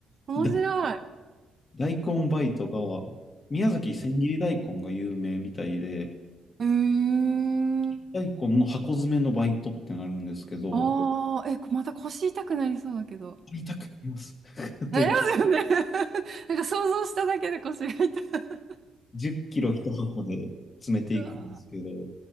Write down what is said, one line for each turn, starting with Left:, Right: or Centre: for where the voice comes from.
Right: 面白い。
Left: だ大根バイトが、宮崎千切り大根が有名みたいで、
Right: うーん、
Left: 大根の箱詰めのバイトってなるんですけど、
Right: ああ、え、また腰痛くなりそうだけど。
Left: 買いたくなります。<laughs> という
Right: なりますよね。<laughs> なんか想像しただけで腰が痛い。
Left: 10キロ1箱で詰めていくんですけど、
Right: うわ